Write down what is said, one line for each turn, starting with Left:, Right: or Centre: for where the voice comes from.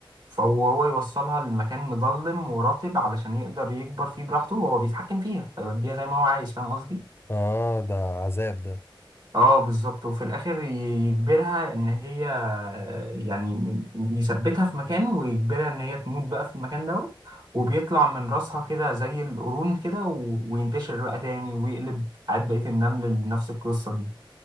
Right: فهو يوصلها لمكان مظلم ورطب علشان يقدر يكبر فيه براحته وهو بيتحكم فيها فيوديها زي ما هو عايز فاهم قصدي
Left: اه ده عذاب ده
Right: اه بالظبط وفي الاخر ي- يجبرها ان هي يعني يثبتها في مكان ويجبرها ان هي تموت بقى في المكان دوت وبيطلع من راسها كده زي القرون كده و... وينتشر بقى تاني ويقلب عاد بقية النمل لنفس القصة دي